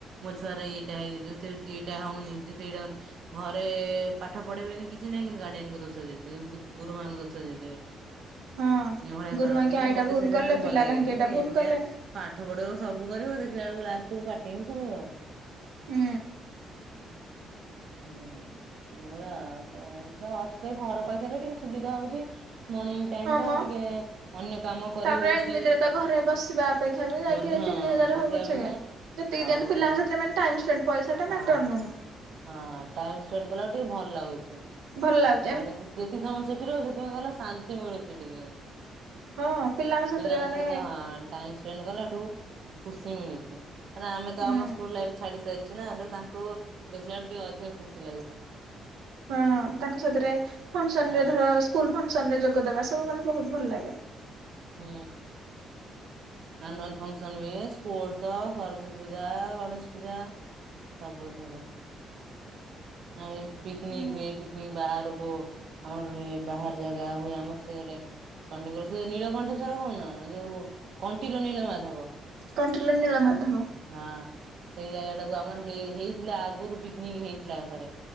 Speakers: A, on the right; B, on the right.
A: ମୋ ଛୁଆ ର ଏଇଟା ହେଇଯିବ, ସେଇଟା ହଉନି, ସେ ସେଇଟା ହଉନି, ଘରେ ପାଠ ପଢେଇବେନି କି କିଛିନାହିଁ, କିନ୍ତୁ ଗାଡିଆନ କୁ ଦୋଷ ଦେଇଦେବେ, ଗୁରୁମାଙ୍କୁ ଦୋଷ ଦେଇଦେବେ।
B: ହଁ
A: ଏଇଭଳିଆ
B: ଗୁରୁମା
A: କରନ୍ତି
B: କି
A: ଯେ,
B: ଏଇଟା
A: ମତେ
B: ଭୁଲ
A: ସେଥି ପାଇଁ
B: କଲେ
A: ଜମା ଭଲ
B: ପିଲା
A: ଲାଗେନି,
B: କାହିଁକି
A: ମୁଁ
B: ଏଇଟା
A: କହିବି
B: ଭୁଲ
A: ଏମତିଆ
B: କଲେ।
A: ପାଠ ପଢ଼େଇବ, ସବୁ କରିବ, ଦେଖିଲା ବେଳକୁ ଲାଷ୍ଟ କୁ ପାଟିି ହିଁ ଶୁଣିବ।
B: ହୁଁ।
A: ହୁଁ ଏଇଭଳିଆ ଆଉ ଅଛ ତ ଘର ପାଖରେ ଟିକେ ସୁବିଧା ହଉଛି। ମର୍ଣିଂ ଟାଇମ
B: ହଁ
A: ଟା
B: ମ
A: ଟିକେ ଅନ୍ୟ କାମ କରି
B: ତାପରେ
A: ହଉଛି
B: ଏମିତିରେ ତ ଘରେ ବସିବା ଅପେକ୍ଷା ବି ଯାଇକି
A: ହଁ
B: ତିନି ହଜାର
A: ବସିବା
B: ହଉ ପଛକେ
A: ଅପେକ୍ଷା
B: ଯେତିକି
A: ଆଉ
B: ଦିନ ପିଲାଙ୍କ
A: ତ
B: ସେଥିରେ ମାନେ ଟାଇମ୍ ସ୍ପେଣ୍ଡ ପଇସା ଟା
A: ହଁ
B: ମ୍ୟାଟର ନୁହଁ।
A: ହଁ ଟାଇମ ସ୍ପେଣ୍ଡ କଲାକୁ ଟିକେ ଭଲ ଲାଗୁଛି।
B: ଭଲ ଲାଗୁ
A: ଆଉ ଯେତିି ସମୟ ସେଠି ରହୁ ସେଥିପାଇଁ କହିଲ ଶାନ୍ତି ମିଳୁଛି ଟିକେ।
B: ହଁ ପିଲାଙ୍କ ସାଥିରେ
A: ପିଲଙ୍କ
B: ମାନେ
A: ସହିଁତ ହଁ। ଟାଇମ ସ୍ପେଣ୍ଡ କଲାଠୁ ଖୁସି ମିଳୁଛି ଆମେ ତ
B: ହୁଁ
A: ଆମ ସ୍କୁଲ ଲାଇଫ ଛାଡି ସାରିଛୁ ନା ତ ତାଙ୍କୁ ଦେଖିଲା ବେଳେ ଟିକେ ଅଧିକ ଖୁସି ଲାଗୁଛି।
B: ହଁ ତାଙ୍କ ସାଥିରେ ଫଙ୍କସନ
A: ହଁ
B: ରେ ଧର ସ୍କୁଲ ଫଙ୍କସନରେ ଯୋଗଦବା ସବୁ ମାନେ ବହୁତ ଭଲ ଲାଗେ।
A: ହୁଁ ଆନୁଆଲ ଫଂକସନ <unintelligible> ପୋର୍ଶ ସରସ୍ଵତୀ ପୂଜା ଗଣେଶ ପୂଜା ସବୁ ଥିରୁ ଆ ପିକନିକ
B: ହୁଁ
A: ହୁଏ, ପିକନିକ ବାହାରକୁ ଆମର ହୁଏ ବାହାର ଜାଗା ହୁଏ ଆମର ସେ ଚଣ୍ଡିଗୁର ସେ ନୀଳକଣ୍ଠେଶ୍ଵର କହୁନ ଯୋଉ କଣ୍ଟିିଲ ନୀଳମାଥବ।
B: କଣ୍ଟିଲର ନୀଳମାଧବ।
A: ହଁ ସେଇ ଜାଗା ଟାକୁ ଆମର ହେଇଥିଲା ଆଗରୁ ପିକନିକ ହେଇଥିଲା ଥରେ।